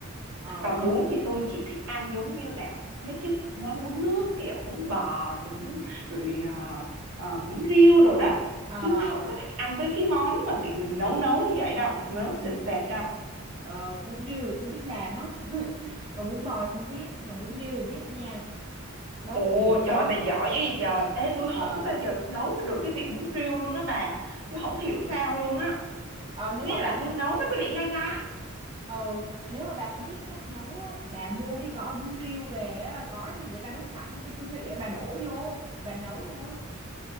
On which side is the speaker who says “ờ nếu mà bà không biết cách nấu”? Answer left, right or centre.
Right